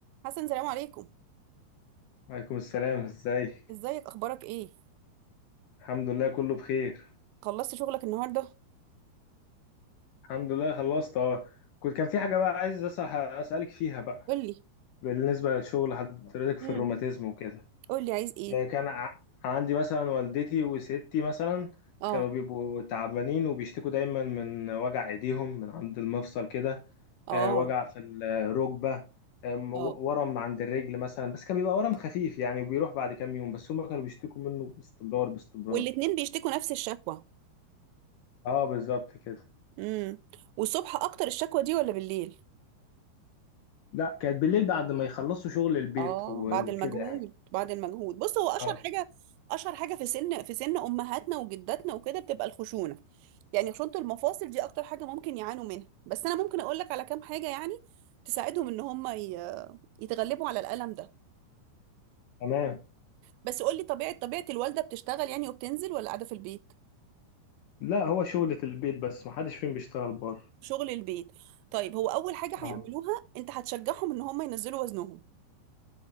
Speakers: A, on the right (about 85°); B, on the left (about 75°).
A: حسن سلام عليكم
B: وعليكم السلام ازيك
A: ازيك اخبارك ايه
B: الحمد لله كله بخير
A: خلصت شغلك النهارده
B: الحمد لله خلصت اهو كنت كان في حاجة بقى عايز أسأل- أسألك فيها بقى
A: قولي
B: بالنسبة للشغل حضرتك في
A: امم
B: الروماتيزم وكده
A: قولي عايز ايه
B: آه، كان ع- عندي مثلا والدتي وستي مثلا
A: اه
B: كانوا بيبقوا تعبانين وبيشتكوا دايما من وجع ايديهم من عند المفصل كده
A: اه
B: آه، وجع في الركبة آم، ورم
A: اه
B: عند الرجل مثلا بس كان بيبقى ورم خفيف يعني وبيروح بعد كام يوم بس هم كانوا بيشتكوا منه باستمرار باستمرار
A: والاتنين بيشتكوا نفس الشكوى
B: اه بالظبط كده
A: امم والصبح اكتر الشكوى دي ولا بالليل
B: لا كانت بالليل بعد ما يخلصوا شغل البيت
A: اه
B: و-
A: بعد
B: وكده
A: المجهود
B: يعني
A: بعد المجهود بص هو اشهر
B: اه
A: حاجه اشهر حاجه في سن في سن امهاتنا وجداتنا وكده بتبقى الخشونه يعني خشونه المفاصل دي اكتر حاجه ممكن يعانوا منها بس انا ممكن اقول لك على كام حاجه يعني تساعدهم ان هم ي- يتغلبوا على الالم ده
B: تمام
A: بس قولي طبيعة طبيعة الوالدة بتشتغل يعني وبتنزل ولا قاعدة في البيت
B: لا هو شغلة البيت بس محدش فيهم بيشتغل بره
A: شغل البيت طيب هو أول حاجة
B: اه
A: هيعملوها أنت هتشجعهم إن هم ينزلوا وزنهم